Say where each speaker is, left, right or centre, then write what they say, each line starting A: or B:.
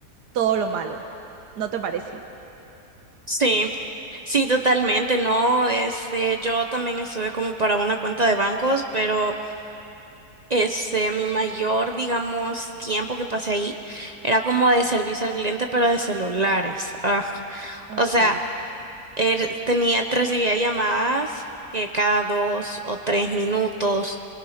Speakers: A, on the right; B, on the right.
A: todo lo malo. ¿No te parece?
B: Sí, sí, totalmente, ¿no? Este, yo también estuve como para una cuenta de bancos, pero este, mi mayor, digamos, tiempo que pasé ahí era como de servicio al cliente, pero de celulares. Ugh.
A: Ok.
B: O sea, er- tenía, recibía llamadas que cada dos o tres minutos.